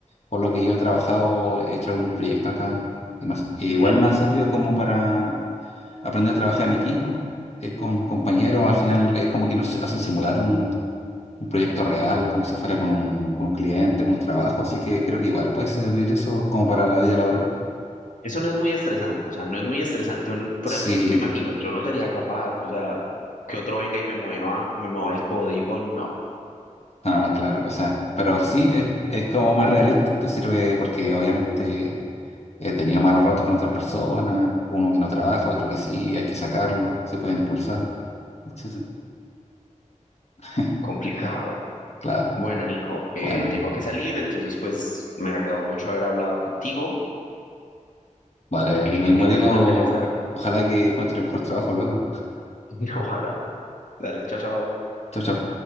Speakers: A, on the left; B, on the left.
A: por lo que yo he trabajado, he hecho algunos proyectos acá. Y nos- y
B: Ujú.
A: igual me ha servido como para aprender a trabajar en equipo, eh, con compañeros. Al final es como que nos hacen simular un, un proyecto real, como si fuera con un, con un cliente, con un trabajo. Así que creo que igual puede servir eso como para la vida laboral.
B: Eso no es muy estresante, o sea, no es muy estresante. un- por
A: Sí,
B: ejemplo, yo me imagino, yo no sería capaz, o sea, que otro venga y me mueva, me mueva el código, no,
A: <laughs> ah, claro, o sea, pero sí es, es como más realista. Te sirve porque obviamente He tenido malos ratos con otras personas, uno que no trabaja, otro que sí, hay que sacarlo, se pueden expulsar, etcétera. <laughs>
B: complicado.
A: Claro,
B: Bueno, Nico, eh,
A: bueno,
B: tengo que salir, entonces pues me agradó mucho haber hablado contigo
A: vale,
B: y
A: lo
B: que
A: mismo
B: tengas
A: digo,
B: una feliz tarde.
A: ojalá que encuentre un mejor trabajo luego.
B: <laughs> Ojalá. Dale, chao, chao.
A: Chao, chao.